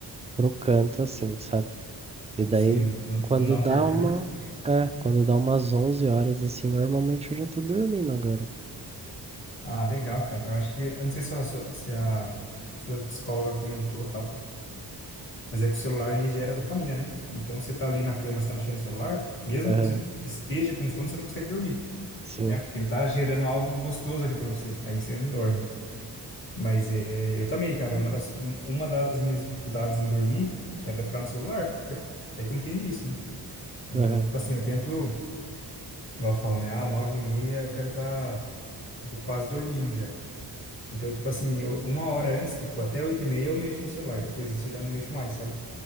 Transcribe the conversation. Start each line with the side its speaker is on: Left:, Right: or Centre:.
Right: pro canto, assim, sabe? E daí,
Left: Sim, no, no-
Right: quando
Left: no não
Right: dá
Left: perturbe.
Right: uma. É, quando dá umas 11 horas, assim, normalmente eu já tô dormindo agora.
Left: Ah, legal, cara. Eu acho que. Eu não sei se a, sua- se a sua psicóloga comentou tal. Mas é que o celular ele gera dopamina, né? Então você tá ali na cama, você tá mexendo no celular, mesmo
Right: Aham,
Left: que você esteja com sono, você não consegue dormir,
Right: sim.
Left: né? Porque ele tá gerando algo gostoso ali pra você. Aí você não dorme. Mas é, eu também, cara, é uma das, um- uma das minhas dificuldades em dormir era ficar no celular. Até que eu entendi isso, né? Então,
Right: Aham,
Left: tipo assim, eu tento, igual eu falo, né? Ah, nove e meia eu quero estar, tipo, quase dormindo já. Então, tipo assim, eu- uma hora antes, tipo, até oito e meia eu mexo no celular. Depois disso eu já não mexo mais, sabe?